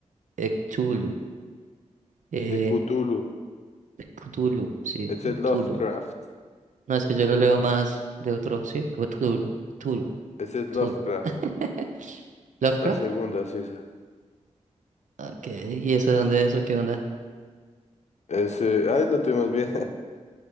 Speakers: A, on the right; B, on the left.
A: eh, Cthulhu? Eh,
B: De Cthulhu.
A: Cthulhu, sí,
B: Ese
A: de
B: es
A: Cthulhu.
B: Lovecraft.
A: No, es que yo lo leo más de otro, sí, Cthulhu, Cthulhu,
B: Ese es
A: Cthulhu.
B: Lovecraft.
A: <laughs> Lovecraft.
B: La segunda, sí. esa.
A: Ok, ¿y eso de dónde es o qué onda?
B: Ese, ay, lo tuvimos bien. <laughs>